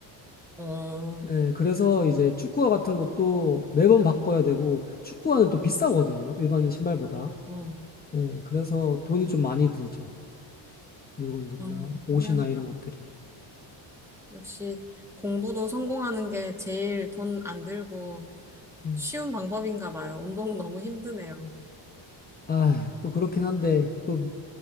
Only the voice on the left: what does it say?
네, 그래서 이제 축구화 같은 것도 매번 바꿔야 되고 축구화는 또 비싸거든요. 일반 신발보다.
네, 그래서 돈이 좀 많이 들죠. 물건들이나
옷이나
이런 것들이.
음.
아, 또 그렇긴 한데, 또